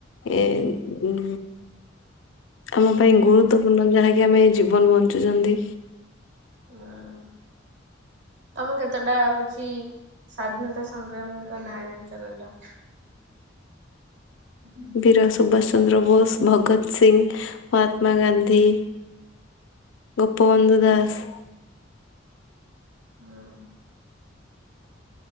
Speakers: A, on the left; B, on the right.
A: ଏ ଉ ଆମ ପାଇଁ ଗୁରୁତ୍ବପୂର୍ଣ୍ଣ ଯାହାକି ଆମେ ଏଇ ଜୀବନ ବଞ୍ଚୁଚନ୍ତି।
B: ଆଉ ତମେ କେତେଟା ହଉଛି ସ୍ଵାଧୀନତା ସଂଗ୍ରାମୀଙ୍କ ନାଁ ଜାଣିଚ କହିଲ <unintelligible>
A: ବୀରସୁଭାଷଚନ୍ଦ୍ରବୋଷ, ଭଗବତ ସିଂ, ମହାତ୍ମାଗାନ୍ଧୀ ଗୋପବନ୍ଧୁ ଦାସ
B: ହଁ,